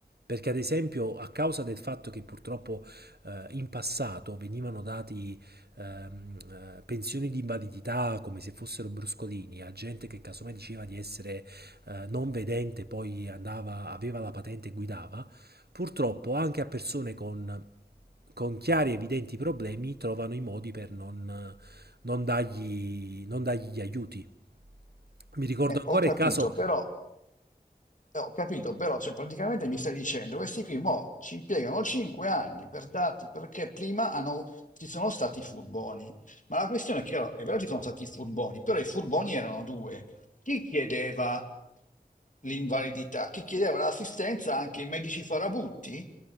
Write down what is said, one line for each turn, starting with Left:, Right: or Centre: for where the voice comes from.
Right: Perché, ad esempio, a causa del fatto che purtroppo eh, in passato venivano dati ehm, eh, pensioni di invalidità come se fossero bruscolini a gente che casomai diceva di essere eh, non vedente, poi andava, aveva la patente e guidava, purtroppo anche a persone con, con chiari e evidenti problemi trovano i modi per non, non dargli, non dargli gli aiuti. Mi ricordo
Left: Eh,
Right: ancora
Left: ho capito,
Right: il caso
Left: però, eh, ho capito, però, cioè, praticamente mi stai dicendo, questi qui mo ci impiegano 5 anni per dati, perché prima hanno- ci sono stati furboni. Ma la questione è che oh, è vero ci sono stati furboni, però i furboni erano due. Chi chiedeva l'invalidità? Chi chiedeva l'assistenza? Anche i medici farabutti,